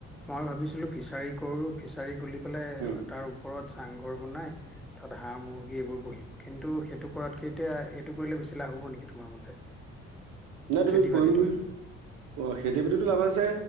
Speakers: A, in the centre; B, on the right.
A: মই ভাবিছিলোঁ ফিচাৰিঙ কৰোঁ ফিচাৰিঙ খুলি মানে
B: উম
A: তাৰ ওপৰত চাংঘৰ বনাই তাত হাঁহ মুৰ্গী এইবোৰ পুহিম কিন্তু সেইটো কৰাতকে এতিয়া এইটো কৰিলে বেছি লাভ। আহিব নেকি তোমাৰ মতে?
B: নাই তুমি
A: খেতি
B: কৰিম
A: বাতিটো
B: বুলি খেতি বাতিটো লাভ আছে